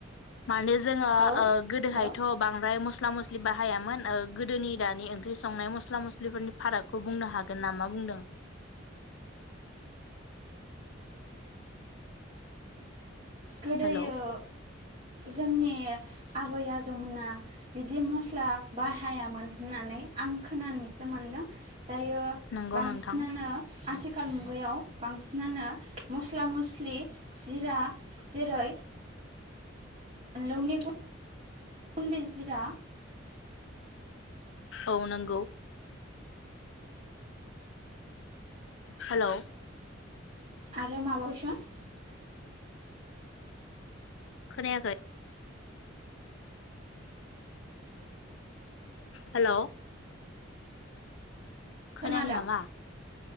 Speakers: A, on the left (about 70°); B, on the right (about 30°).
A: मानोे जोङो
B: औ
A: ओ गोदोहायथ'
B: हेलौ
A: बांद्राय मस्ला मस्ला मस्लि बाहायामोन ओ गोदोनि दानि ओंख्रि संनाय मस्ला मस्लिफोरनि फारागखौ बुंनो हागोन नामा बुंदों
B: गोदोयो
A: हेलौ
B: जोंनि आबै आजौना बिदि मस्ला बाहायामोन होननानै आं खोनानोसो मोनदों। दायो
A: नंगौ
B: बांसिनानो
A: नोंथां
B: आथिखाल आथिखाल मुगायाव बांसिनानो मस्ला मस्लि जिरा जेरै मानलनि ग <unintelligible> न्दै जिरा
A: औ नंगौ। हेलौ
B: आरो मा भउसन <unintelligible>
A: खोनायाखै हेलौ खोनायाखै
B: खोनादों
A: नामा